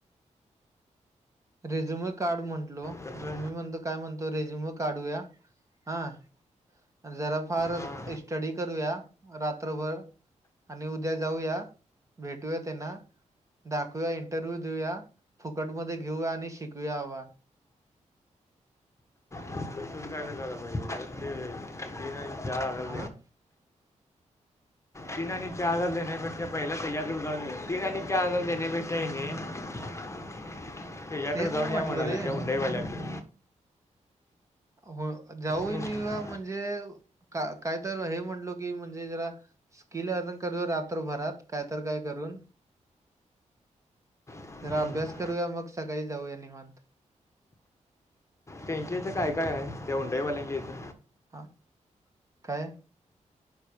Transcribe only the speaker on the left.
कसं
हां
तसंच काय नाही करायला पाहिजे उगाच ते तीन आणि चार हजार
जिना नाही चॅदल देणे म <inaudible> अा पहिला क कु ती हनी का देने बेने <inaudible> ते याकडे
जाऊन
या म्हणालीव
ईवाल्या <inaudible>
हम्म,
हम्म.
टंकी याचं काय काय आहे त्या हंडाईवाल्यांकीथ <inaudible>